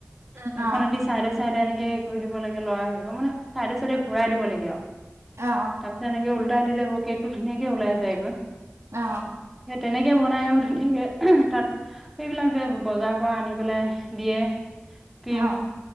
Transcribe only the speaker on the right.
উম
অ',
অ',
অ'।
অ',